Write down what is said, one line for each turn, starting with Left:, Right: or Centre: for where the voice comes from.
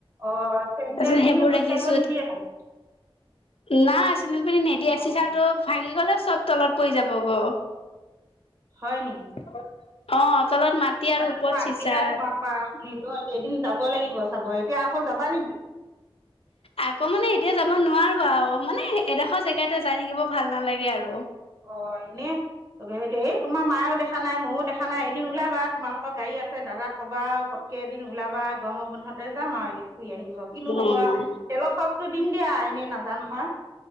Right: অ' চেণ্ডেল
Left: তাৰপিছত
Right: পিন্ধি
Left: সেইবোৰ
Right: খোজ
Left: দেখিছো
Right: কাঢ়িব নিদিয়ে মানে?
Left: নাই চেণ্ডেল পিন্ধি নিদিয়ে চি
Right: অঁ
Left: ছাৰ টো ভাগি গ'লে চব তলত পৰি যাব গ
Right: হয় নি?
Left: <unintelligible> অ' তলত মাটি আৰু ওপৰত
Right: নহয়
Left: চিচা।
Right: আজিহে তোমাৰ <unintelligible> এদিন যাব লাগিব চাব। এতিয়া আকৌ যাবা নেকি?
Left: আকৌ মানে এতিয়া যাব নোৱাৰো আৰু মানে এডোখৰ জেগাতে যাই থাকিব ভাল নালাগে আৰু।
Right: অ' এনে <unintelligible> দেই তোমাৰ মায়েও দেখা নাই, ময়ো দেখা নাই এদিন ওলাবা তোমালোকৰ গাড়ী আছে দাদাক কবা আৰু পটকে এদিন ওলাবা গৰমৰ বন্ধতে যাম আৰু এদিন। ফুৰি আহিম গ কিনো
Left: উম
Right: হব আ, তেলৰ খৰছ টো দিম দিয়া এনেই নাজাও নহয়।